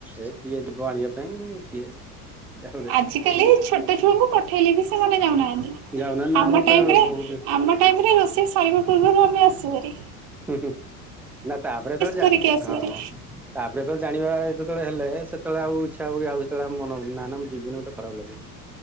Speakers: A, in the centre; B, on the right.
A: ଏ କିଏ ଯିବ ଆଣିବା ପାଇଁ। କିଏ? ଏଇଟା ଗୋଟେ
B: ଆଜ କାଲି ଛୋଟ ଛୁଆଙ୍କୁ ପଠେଇଲେ ବି ସେମାନେ ଯାଉନାହାନ୍ତି।
A: ଯାଉନା ନା
B: ଆମ
A: ମତେ
B: ଟାଇରେ
A: ହୁଁ ହୁଁ
B: ଆମ ଟାଇରେ ରୋଷେଇ ସାରିବା ପୂର୍ବରୁ ଆମେ ଆସୁ ହାରି।
A: ହୁଁ ହୁଁ ନା ତାପରେ ତ ଯା
B: କରିକି ଆସୁଭାରି।
A: ହଁ। ତାପରେ ଯେତଳେ ଜାଣିବା ଯେତଳେ ହେଲେ ସେତଳେ ଆଉ ଇଚ୍ଛା ହବ କି ଆଉ ସେତଳେ ଆଉ ମନ ହବ କି ନା ନା ମୁଁ ଯିବିନି ମୋତେ ଖରାପ ଲାଗିବ।